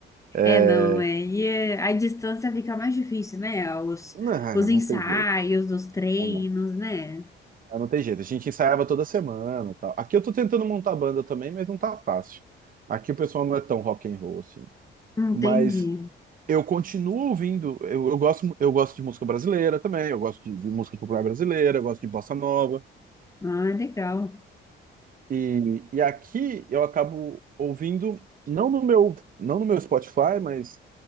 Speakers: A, on the right (about 45°); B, on the left (about 15°).
A: É,
B: É, não, é. E é, a distância fica mais difícil, né? Os,
A: não,
B: os ensaios,
A: não tem jeito.
B: os treinos,
A: Ah, Não,
B: né?
A: Ah, não tem jeito. A gente ensaiava toda semana, e tal. Aqui eu tô tentando montar banda também, mas não tá fácil. Aqui o pessoal não é tão rock and roll assim.
B: Entendi.
A: Mas eu continuo ouvindo, eu, eu gosto, eu gosto de música brasileira também, eu gosto de, de música popular brasileira, eu gosto de bossa nova.
B: Ah, legal.
A: E, e aqui eu acabo ouvindo, não no meu, não no meu Spotify, mas